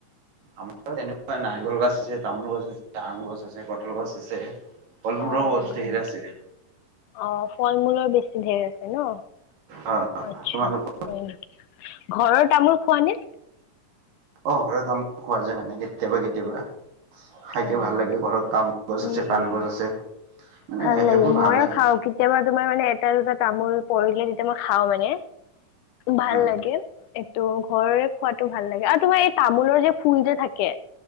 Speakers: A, on the right; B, on the left.
A: আমাৰ এনেকুৱা নাৰিকল গছ আছে, তামোল গছ আছে, আম গছ আছে, কঁঠাল গছ আছে। ফল-মূলৰ
B: অ
A: গছ
B: হয়
A: ধেৰ
B: নেকি
A: আছে
B: অ ফল মূলৰ বেছি ধেৰ আছে ন
A: অ
B: আচ্ছা
A: তোমালোকৰ
B: হয় নেকি ঘৰৰ তামোল খোৱা নে
A: অ ঘৰৰ তামোল খোৱা যায় মানে কেতিয়াবা কেতিয়াবা খাইকে
B: অ
A: ভাল লাগে ঘৰত তামোল গছ
B: উম
A: আছে পান
B: উম
A: গছ আছে মানে
B: ভাল লাগে
A: সেইবোৰ
B: ময়ো
A: ভাল লাগে
B: খাও কেতিয়াবা তোমাৰ মানে এটা দুটা তামোল পৰিলে তেতিয়া মই খাওঁ মানে ভাল
A: উম
B: লাগে একটো ঘৰ খোৱাটো ভাল লাগে আৰু তোমাৰ এই তামোলৰ যে ফুল যে থাকে